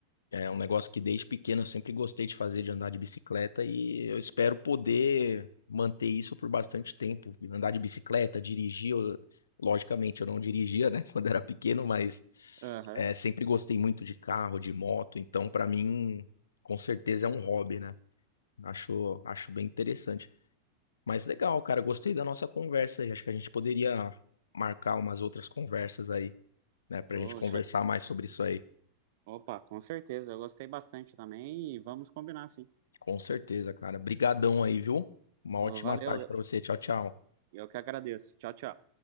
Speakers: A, on the left (about 70°); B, on the right (about 50°).
A: É um negócio que desde pequeno eu sempre gostei de fazer, de andar de bicicleta, e eu espero poder manter isso por bastante tempo. Andar de bicicleta, dirigir, eu- logicamente eu não dirigia, né, <laughs> quando era pequeno, mas
B: Aham.
A: é, sempre gostei muito de carro, de moto, então pra mim, com certeza é um hobby, né? Acho, acho bem interessante. Mas legal, cara, gostei da nossa conversa aí. Acho que a gente poderia marcar umas outras conversas aí, né, pra
B: Ô,
A: gente conversar
B: show-
A: mais sobre isso aí.
B: Opa, com certeza, eu gostei bastante também e vamos combinar, sim.
A: Com certeza, cara. Brigadão aí, viu? Uma ótima
B: Ô, valeu,
A: tarde
B: eu
A: pra você. Tchau, tchau.
B: eu que agradeço. Tchau, tchau.